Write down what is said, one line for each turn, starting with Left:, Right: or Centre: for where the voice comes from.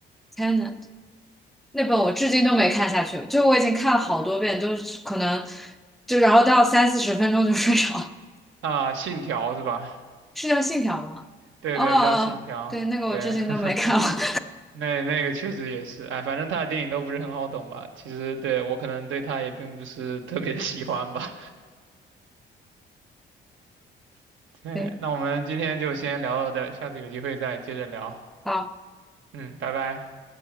Centre: 《天能》。那本我至今都没看下去，就我已经看了好多遍，就是可能就然后到三四十分钟就睡着
Right: 啊，《信条》是吧？
Centre: <laughs> 是叫《信条》吗？
Right: 对对，
Centre: 哦，哦哦对，
Right: 叫《信条》，
Centre: 那个我至今都没看完。
Right: 对，<laughs> 那那个确实也是，哎，反正他的电影都不是很好懂吧？其实对我可能对他也并不是特别 <laughs> 喜欢吧，<laughs> 对，
Centre: <laughs> 对，
Right: 那我们今天就先聊到这儿下次有机会再接着聊。
Centre: 好。
Right: 嗯，拜拜。